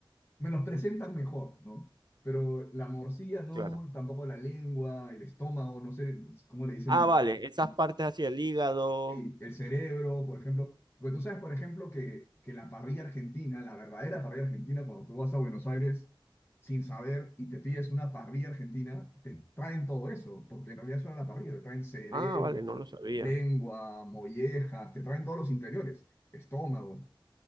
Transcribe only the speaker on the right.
claro.
Ah, vale, esas
partes hacia el hígado.
Ah, vale, no lo sabía.